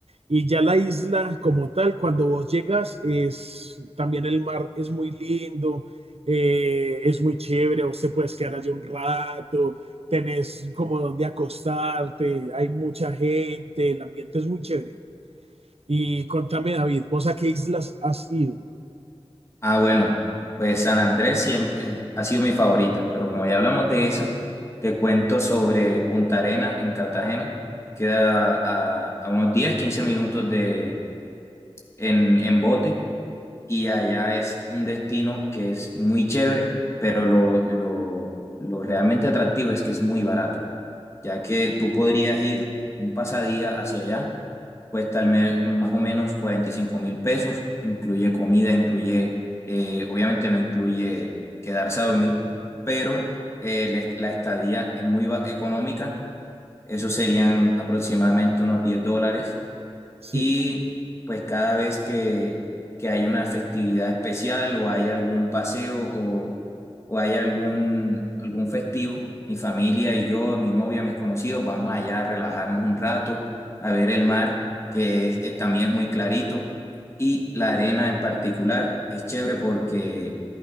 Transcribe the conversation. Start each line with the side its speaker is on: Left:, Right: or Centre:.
Right: Y ya la isla como tal, cuando vos llegas, es también el mar es muy lindo, eh, es muy chévere, vos te puedes quedar allí un rato, tenés como donde acostarte, hay mucha gente, el ambiente es muy chévere. Y contame, David, ¿vos a qué islas has ido?
Left: Ah, bueno, pues San Andrés siem- eh, ha sido mi favorita, pero como ya hablamos de esa, te cuento sobre Punta Arena en Cartagena. Queda a, a unos 10, 15 minutos de, en, en bote y allá es un destino que es muy chévere, pero lo, lo, lo realmente atractivo es que es muy barato, ya que tú podrías ir un pasadía hacia allá, cuesta al me- más o menos cuarenta y cinco mil pesos, incluye comida, incluye, eh, obviamente no incluye quedarse a dormir, pero eh, la est- la estadía es muy ba- económica, eso serían aproximadamente unos 10 dólares
Right: Sí.
Left: y pues cada vez que, que hay una festividad especial o hay algún paseo o, o hay algún, algún festivo, mi familia y yo, mi novia, mis conocidos, vamos allá a relajarnos un rato, a ver el mar, que es, es- también es muy clarito, y la arena en particular es chévere porque